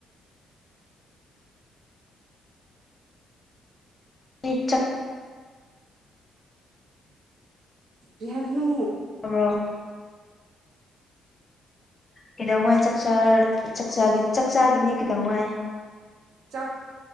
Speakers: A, on the left; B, on the right.
A: ꯔꯤꯆꯛ
B: ꯔꯤ ꯍꯥꯏꯕꯅꯣ
A: ꯇꯥꯕ꯭ꯔꯣ ꯀꯩꯗꯧꯉꯥꯏ ꯆꯛ ꯆꯥꯔ ꯆꯥꯛꯆꯥꯒ ꯆꯥꯛꯆꯥꯥꯒꯤꯅꯤ ꯀꯩꯗꯧꯉꯥꯏ
B: ꯆꯥꯛ